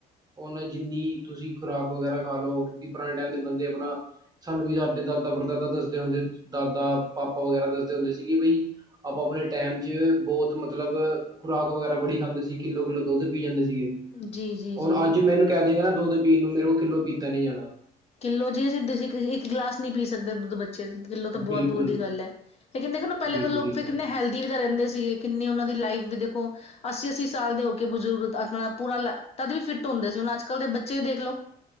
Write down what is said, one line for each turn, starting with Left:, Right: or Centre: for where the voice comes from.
Right: ਉਹਨਾਂ ਜਿੰਨੀ ਤੁਸੀਂ ਖੁਰਾਕ ਵਗੈਰਾ ਖਾ ਲਓ ਪੁਰਾਣੇ ਟਾਈਮ ਦੇ ਬੰਦੇ ਆਪਣਾ ਸਾਨੂੰ ਵੀ ਸਾਡੇ ਦਾਦਾ ਪੜਦਾਦਾ ਦੱਸਦੇ ਹੁੰਦੇ, ਦਾਦਾ ਪਾਪਾ ਵਗੈਰਾ ਦੱਸਦੇ ਹੁੰਦੇ ਸੀਗੀ ਬਈ ਆਪਾਂ ਆਪਣੇ ਟਾਈਮ ਚ ਬਹੁਤ ਮਤਲਬ ਖੁਰਾਕ ਵਗੈਰਾ ਬੜੀ ਖਾਂਦੇ ਸੀ, ਕਿੱਲੋ ਕਿੱਲੋ ਦੁੱਧ ਪੀ ਜਾਂਦੇ ਸੀ। ਸੀਗੇ,
Left: ਜੀ ਜੀ
Right: ਹੁਣ
Left: ਜੀ
Right: ਅੱਜ ਮੈਨੂੰ ਕਹਿ ਦਿਆਂਗੇ ਨਾ ਦੁੱਧ ਪੀਣ ਨੂੰ, ਮੇਰੇ ਕੋਲ ਕਿਲੋ ਪੀਤਾ ਨੀ ਜਾਣਾ।
Left: ਕਿੱਲੋ ਜੇ ਤੁਸੀਂ ਇੱਕ ਗਲਾਸ ਨਹੀ ਪੀ ਸਕਦੇ ਦੁੱਧ ਬੱਚੇ। ਛੇ ਸੱਤ ਕਿੱਲੋ ਤਾਂ ਬਹੁਤ
Right: ਬਿਲਕੁਲ
Left: ਦੂਰ ਦੀ ਗੱਲ ਐ, ਲੇਕਿਨ ਦੇਖੋ ਨਾ ਪਹਿਲੇ
Right: ਬਿਲਕੁਲ
Left: ਤਾਂ ਲੋਕ
Right: ਜੀ ਬਿਲਕੁਲ
Left: ਫੇਰ ਕਿੰਨੇ ਹੈਲਦੀ ਵੀ ਤਾਂ ਰਹਿੰਦੇ ਸੀਗੇ, ਕਿੰਨੀ ਉਹਨਾਂ ਦੀ ਲਾਈਫ ਵੀ ਦੇਖੋ ਅੱਸੀ ਅੱਸੀ ਸਾਲ ਦੇ ਹੋ ਕੇ ਬਜ਼ੁਰਗ ਆਪਣਾ ਪੂਰਾ ਲਾ, ਤਦ ਵੀ ਫਿੱਟ ਹੁੰਦੇ ਸੀ, ਹੁਣ ਅੱਜ-ਕੱਲ ਦੇ ਬੱਚੇ ਦੇਖ ਲਓ,